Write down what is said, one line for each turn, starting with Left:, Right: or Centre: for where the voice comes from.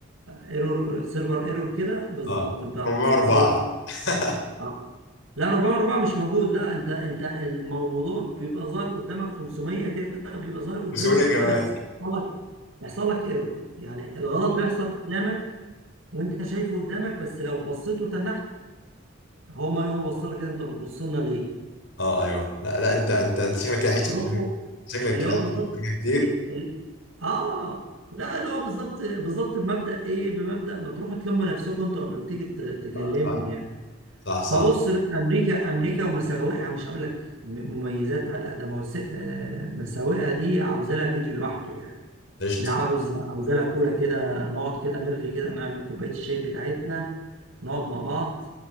Right: ايرور سيرفر ايرور كده بالظبط
Left: اه
Right: انت
Left: 404
Right: حصل لك
Left: <laughs>
Right: آه. لا 400 400 مش موجود لا انت انت الموضوع بيبقى ظاهر قدامك 500 كده بيبقى ظاهر قدامك
Left: مسويه
Right: كده
Left: كمان
Right: بس بيحصل لك بيحصل لك ايرور يعني الغلط بيحصل قدامك وانت شايفه قدامك بس لو بصيت وتنحت هو ما هو بص لك كده انت بتبص لنا ليه؟
Left: اه ايوه لا لا انت انت انت شكلك كده عشت
Right: هتروحوا
Left: شكلك
Right: اللي
Left: كده
Right: هو
Left: عشت
Right: بالظبط
Left: أمريكا كتير
Right: ال... اه لا اللي هو بالظبط بالظبط بمبدأ ايه؟ بمبدأ ما تروحوا تلموا نفسكم انتوا قبل ما تيجي ت- تكلمني
Left: آه، صح
Right: يعني
Left: صح صح
Right: فبص لا امريكا امريكا ومساوئها مش هقول لك م- مميزاتها لا ده موس- آه، مساوئها دي عاوزه لها فيديو لوحده يعني
Left: قشطة
Right: ده عاوز عاوزه لها كولا كده نقعد كده نرغي كده نعمل كوبايه الشاي بتاعتنا ونقعد مع بعض